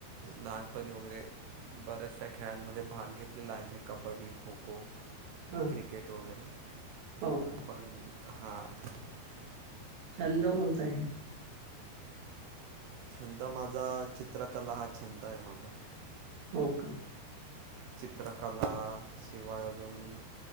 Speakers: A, on the right; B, on the right.
A: लहानपणी वगैरे बऱ्याचशा खेळांमध्ये भाग घेतलेला आहे मी कबड्डी खो खो
B: हां.
A: क्रिकेट वगैरे
B: हो का?
A: पण हा <unintelligible>
B: छंद कोणता आहे
A: छंद माझा चित्रकला हा छंद आहे माझा
B: टोक
A: चित्रकला आ शिवाय अजून